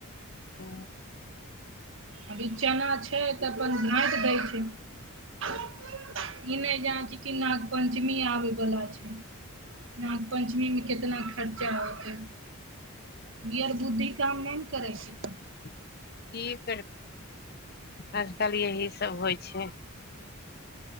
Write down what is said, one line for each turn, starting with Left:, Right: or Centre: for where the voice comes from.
Left: ओ
Right: अभी चना छै त अपन झाँट दै छै ई नहि जान छी कि नागपंचमी आबे बला छै नाग पंचमीमे कतना खर्चा होतै ई यर बुद्धि काम नहि ने करै छै
Left: कि कर आजकल यही सब होइ छै